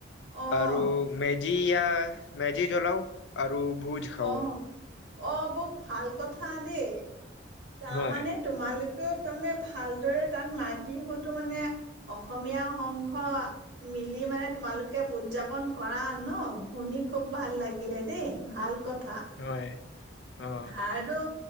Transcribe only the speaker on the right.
অ',
অ',
অ', বৰ ভাল কথা দেই তাৰমানে
তোমালোক তাৰমানে ভালদৰে তাত মাঘ বিহুতো মানে অসমীয়া সংঘ মিলি মানে তোমালোকে উদযাপন কৰা ন', শুনি খুব ভাল লাগিলে দেই ভাল কথা। আৰু